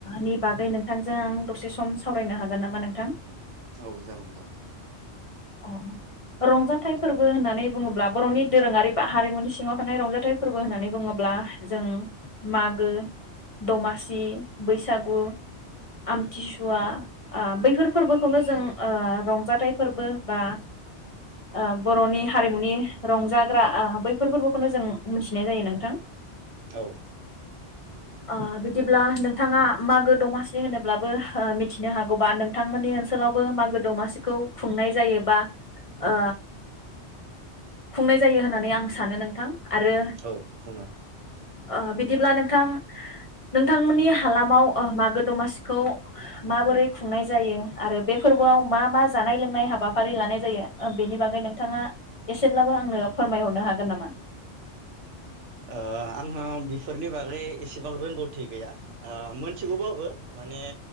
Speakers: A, on the left (about 35°); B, on the right (about 85°).
A: नि बागै नोंथांजों आं दसे सम सावरायनो हागोन नामा नोंथां
B: औ जागौ जागौ
A: अ रंजाथाइ फोरबो होननानै बुङोब्ला बर'नि दोरोङारि बा हारिमुनि सिङाव थानाय रंजाथाइ फोरबो होननानै बुङोब्ला जों मागो दमासि बैसागु आमथिसुवा ओ बैफोर फोरबोखौनो जों ओरंजाथाइ फोरबो बा ओ बर'नि हारिमुनि रंजाग्रा आ बैफोर फोरबोखौनो जों मिथिनाय जायो नोंथां
B: औ
A: आ बिदिब्ला नोंथाङा मागो दमासि होनोब्लाबो ओ मिथिनो हागौबा नोंथांमोननि ओनसोलावबो मागो दमासिखौ खुंनाय जायो बा ओ खुंनाय जायो होननानै आं सानो नोंथां आरो
B: औ खुङो
A: ओ बिदिब्ला नोंथां नोंथांमोननि हालामाव ओ मागो दमासिखौ माबोरै खुंनाय जायो आरो बे फोरबोआव मा-मा जानाय-लोंनाय हाब हाबाफारि लानाय जायो ओ बेनि बागै नोंथाङा एसेब्लाबो आंनो फोरमायहरनो हागोन नामा
B: ओ आङो बिफोरनि बागै एसेबां रोंगौथि गैया ओ मोनथिगौबाबो माने